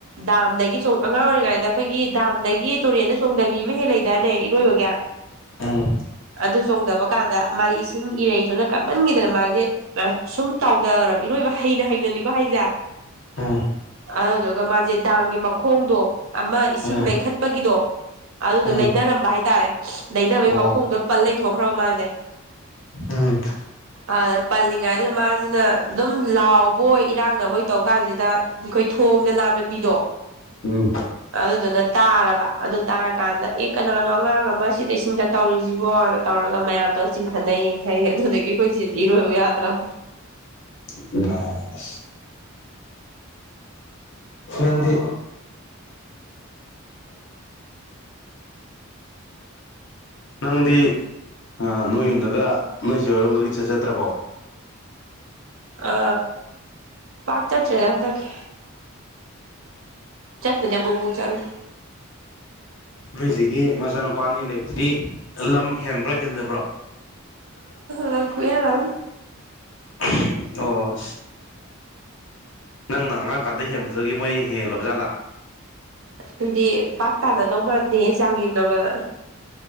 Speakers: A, on the right; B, on the left.
A: ꯗꯥꯝꯗꯒꯤꯁꯨ ꯑꯉꯥꯡ ꯑꯣꯏꯔꯤꯉꯩꯗ ꯑꯩꯈꯣꯏꯒꯤ ꯗꯥꯝꯗꯒꯤ ꯇꯨꯔꯦꯟꯗ ꯆꯣꯡꯗꯕꯤ ꯑꯃ ꯍꯦꯛ ꯂꯩꯗꯥꯏꯅꯦ ꯏꯔꯣꯏꯕꯒ
B: ꯎꯝ
A: ꯑꯗꯨ ꯆꯣꯡꯊꯕ ꯀꯥꯟꯗ ꯃꯥꯗꯤ ꯏꯁꯤꯡ ꯏꯔꯩꯗꯨꯅ ꯀꯟꯃꯟꯒꯤꯗꯅ ꯃꯥꯁꯦ ꯁꯨꯝ ꯇꯥꯎꯗꯈꯒ꯭ꯔꯥꯕ ꯏꯔꯣꯏꯕ ꯍꯩꯅ ꯍꯩꯅꯅꯤꯀꯣ ꯍꯥꯏꯁꯦ
B: ꯎꯝ
A: ꯑꯗꯨꯗꯨꯒ ꯃꯥꯁꯦ ꯗꯥꯝꯒꯤ ꯃꯈꯣꯡꯗꯣ ꯑꯃ ꯏꯁꯤꯡ
B: ꯎꯝ
A: ꯂꯩꯈꯠꯄꯒꯤꯗꯣ ꯑꯗꯨꯗꯣ
B: ꯎꯝ
A: ꯂꯩꯗꯔꯝꯕ ꯍꯥꯏꯇꯥꯔꯦ ꯂꯩꯗꯕꯩ
B: ꯑꯣ
A: ꯃꯈꯣꯡꯗꯣ ꯄꯜ ꯂꯩꯊꯣꯛꯈ꯭ꯔꯕ ꯃꯥꯁꯦ
B: ꯎꯝ
A: ꯑ ꯄꯜꯂꯤꯉꯥꯏꯗꯨꯅ ꯃꯥꯁꯤꯅ ꯑꯗꯨꯝ ꯂꯥꯎꯕꯣꯏ ꯏꯔꯥꯡꯅꯕꯣꯏ ꯇꯧ ꯀꯥꯟꯁꯤꯗ ꯑꯩꯈꯣꯏ ꯊꯣꯡꯗ ꯂꯥꯟꯕ ꯃꯤꯗꯣ
B: ꯎꯝ
A: ꯑꯗꯨꯗꯨꯅ ꯇꯥꯔꯕ ꯑꯗꯨ ꯇꯥꯔꯀꯥꯟꯗ ꯑꯦ ꯀꯅꯥꯅꯣ ꯑꯉꯥꯡ ꯑꯃ ꯁꯤꯗ ꯏꯁꯤꯡꯗ ꯇꯧꯔꯤꯁꯤꯕꯣꯅ ꯇꯧꯔꯒ ꯃꯌꯥꯝꯇꯧꯔꯥ ꯆꯤꯡꯈꯠꯅꯩꯌꯦ ꯍꯥꯏꯗꯤ ꯑꯗꯨꯗꯒꯤ ꯑꯩꯈꯣꯏ ꯆꯦꯖꯦ ꯏꯔꯣꯏꯌꯨ ꯌꯥꯗ꯭ꯔꯥꯝ
B: <unintelligible> ꯅꯪꯗꯤ ꯅꯪꯗꯤ ꯑꯥ ꯅꯣꯏ ꯌꯨꯝꯗꯒ ꯅꯣꯏꯆꯦ ꯍꯣꯔꯣꯝꯗꯒꯤ ꯏꯆꯠ ꯆꯠꯇ꯭ꯔꯥꯕꯣ
A: ꯑ ꯄꯥꯛ ꯆꯠꯇ꯭ꯔꯦꯗ ꯍꯟꯗꯛꯀꯤ ꯆꯠꯄꯗꯤ ꯑꯃꯨꯛ ꯃꯨꯛ ꯆꯠꯂꯦ
B: ꯅꯣꯏꯆꯦꯒꯤ ꯃꯆꯥꯅꯨꯄꯥ ꯑꯅꯤ ꯂꯩꯕꯗꯨꯗꯤ ꯂꯝ ꯍꯦꯟꯕ꯭ꯔꯥ ꯍꯦꯟꯗꯕ꯭ꯔꯥ
A: ꯂꯝ ꯈꯨꯍꯦꯟ ꯑꯃ
B: <unintelligible> ꯑꯣ ꯅꯪꯅ ꯑꯉꯥꯡ ꯀꯥꯟꯗ ꯍꯦꯟꯕꯗꯨꯗꯒꯤ ꯃꯣꯏꯅ ꯍꯦꯜꯂꯕ ꯖꯥꯠꯂꯥ
A: ꯑꯗꯨꯗꯤ ꯄꯥꯛ ꯇꯥꯅꯗꯧ ꯃꯥꯟꯗꯦ ꯆꯥꯡ ꯌꯦꯡꯅꯕꯗ